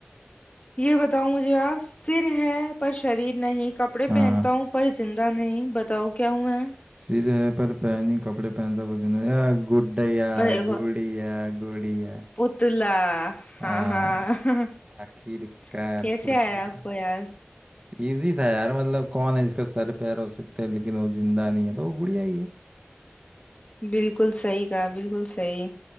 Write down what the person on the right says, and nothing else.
हाँ
सिर है पर पहनी कपड़े पहनता वो जिंदा या गुड्डया
गुड़िया गुड़िया
हाँ
आखिरकार
पुतला
इजी था यार मतलब कौन है जिसका सर पैर हो सकता है लेकिन वो जिंदा नहीं है तो वो गुड़िया ही है